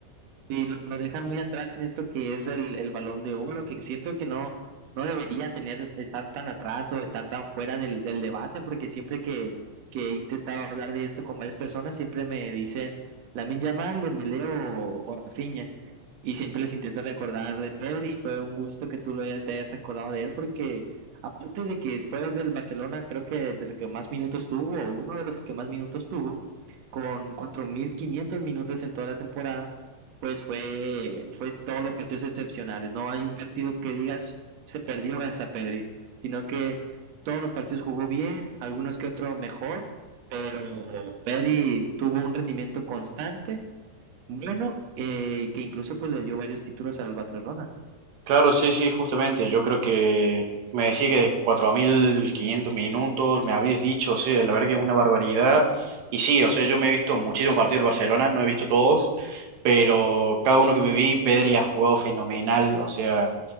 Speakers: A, on the right (about 60°); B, on the right (about 75°).
A: Sí, lo, lo dejan muy atrás en esto que es el, el Balón de Oro, que siento que no, no debería tener, estar tan atrás o estar tan fuera del, del debate, porque siempre que, que he intentado hablar de esto con varias personas, siempre me dicen Lamine Yamal, Dembélé o, o Rafinha, y siempre les intento recordar de Pedri, y fue un gusto que tú lo hayas- te hayas acordado de él, porque aparte de que fue del Barcelona, creo que del que más minutos tuvo, o uno de los que más minutos tuvo, con 4.500 minutos en toda la temporada, pues fue, fue todos los partidos excepcionales. No hay un partido que digas se perdió gracias a Pedri, sino que todos los partidos jugó bien, algunos que otro mejor, pero Pedri tuvo un rendimiento constante, bueno, eh, que incluso pues le dio varios títulos al Barcelona.
B: Claro, sí, sí, justamente. Yo creo que me decís que de 4.500 minutos, me habías dicho, o sea, la verdad que es una barbaridad. Y sí, o sea, yo me he visto muchísimos partidos del Barcelona, no he visto todos, pero cada uno que me vi, Pedri ha jugado fenomenal. O sea,